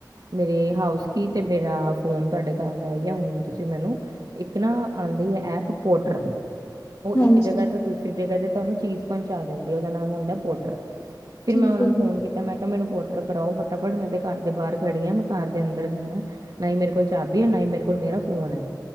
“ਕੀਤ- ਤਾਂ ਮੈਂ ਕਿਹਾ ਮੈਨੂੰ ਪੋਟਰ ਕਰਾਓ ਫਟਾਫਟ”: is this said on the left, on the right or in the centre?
Right